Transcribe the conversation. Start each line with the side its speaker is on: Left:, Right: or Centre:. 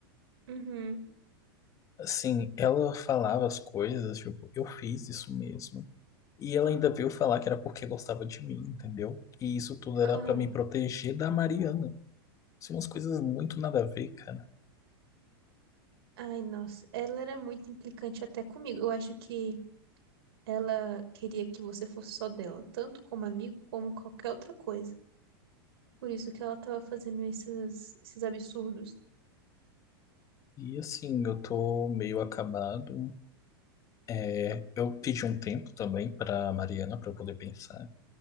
Right: Uhum.
Left: Assim, ela falava as coisas, tipo, eu fiz isso mesmo. E ela ainda veio falar que era porque gostava de mim, entendeu? Que isso tudo era
Right: Ah,
Left: pra me proteger da Mariana. São umas coisas muito nada a ver, cara.
Right: ai, nossa. Ela era muito implicante até comigo. Eu acho que ela queria que você fosse só dela, tanto como amigo, como qualquer outra coisa. Por isso que ela estava fazendo esses, esses absurdos.
Left: E assim, eu tô meio acabado. É, eu pedi um tempo também pra Mariana pra eu poder pensar